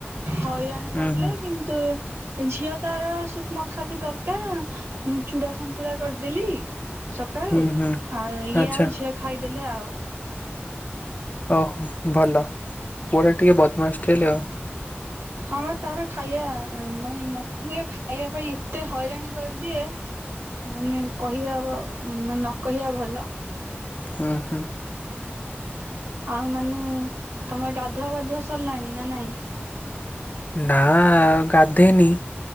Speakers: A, on the right; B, on the left.
A: ହଇରାଣ
B: ହୁଁ,
A: କରିଲେ
B: ହୁଁ,
A: କିନ୍ତୁ। ଝିଅ ତାର ସୂକ୍ଷ୍ମ ଖାଦ୍ୟ ଦରକାର ମୁଁ ଚୂଡ଼ା ସନ୍ତୁଳା କରଦେଲି। ସକାଳୁ
B: ହୁଁ, ହୁଁ,
A: ଆ ଇଏ
B: ଆଚ୍ଛା।
A: ଆଉ ଝିଅ ଖାଇଦେଲେ ଆଉ।
B: ଉ ହୋ ଭଲ ପୁଅଟା ଟିକେ ବଦମାସଟା ହେଲେ ଆଉ।
A: ହଁ ବା ତାର ଖାଇବା ନାଇଁ ମ ରା ଖାଇବା ପାଇଁ ଏତେ ହଇରାଣ କରଦିଏ। ମାନେ କହିବା ମାନେ ନ କହିବା ଭଲ।
B: ହୁଁ, ହୁଁ।
A: ଆଉ ମାନେ ତମର ଗାଧୁଆପାଧୁଆ ସଲାଣି ନା ନାଇଁ।
B: ନାଁ ଗାଧେଇନି।